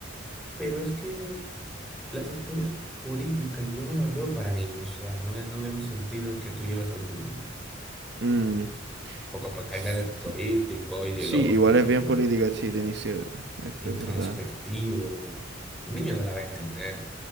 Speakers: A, in the centre; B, on the right.
A: Pero es que Las historias políticas yo no las veo para niños, o sea, no le, no le veo sentido que tú lleves a un niño.
B: Mm,
A: Porque pues Jaime
B: sí,
A: es político, ideológico,
B: sí, igual es bien política, sí, de inicio, es, es
A: introspectivo.
B: verdad.
A: Un niño no la va a entender.